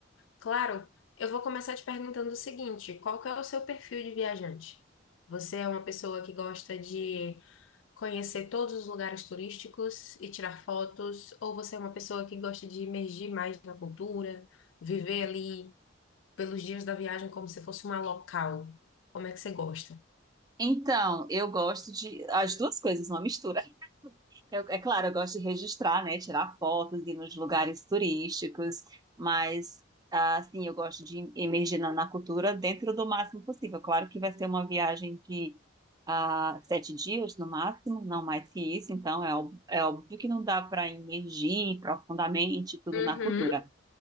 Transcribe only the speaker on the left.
Claro, eu vou começar te perguntando o seguinte: qual que é o seu perfil de viajante? Você é uma pessoa que gosta de conhecer todos os lugares turísticos e tirar fotos, ou você é uma pessoa que gosta de imergir mais na cultura, viver ali pelos dias da viagem como se fosse uma local? Como é que você gosta?
<laughs>